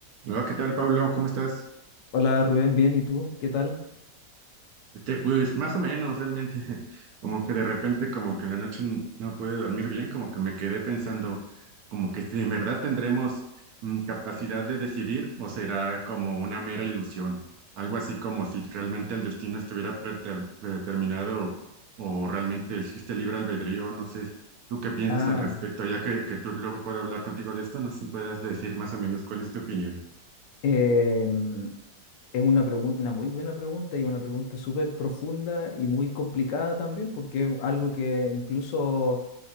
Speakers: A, on the right; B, on the left.
A: Hola, ¿qué tal, Pablo? ¿Cómo estás?
B: Hola Rubén, bien, ¿y tú? ¿Qué tal?
A: Este, pues más o menos, realmente, <laughs> como que de repente, como que la noche n- no pude dormir bien, como que me quedé pensando, como que si en verdad tendremos mm, capacidad de decidir o será como una mera ilusión, algo así como si realmente el destino estuviera preter- predeterminado o realmente existe libre albedrío, no sé, ¿tú qué piensas
B: Ah,
A: al respecto? Ya que, que tú luego puedo hablar contigo de esto, no sé si puedas decir más o menos cuál es tu opinión.
B: em, es una pregun- una muy buena pregunta y una pregunta súper profunda y muy complicada también, porque es algo que incluso